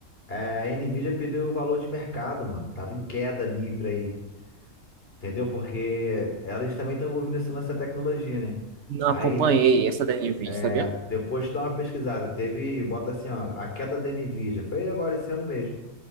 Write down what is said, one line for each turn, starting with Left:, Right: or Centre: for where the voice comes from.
Left: é, a Nvidia perdeu o valor de mercado, mano. Tava em queda livre aí, entendeu? Porque elas também estão envolvidas nessa tecnologia, né?
Right: Não
Left: Aí
Right: acompanhei
Left: deu,
Right: essa da NVIDIA,
Left: é,
Right: sabia?
Left: depois tu dá uma pesquisada, teve, bota assim, ó, a queda da Nvidia, foi agora esse ano mesmo.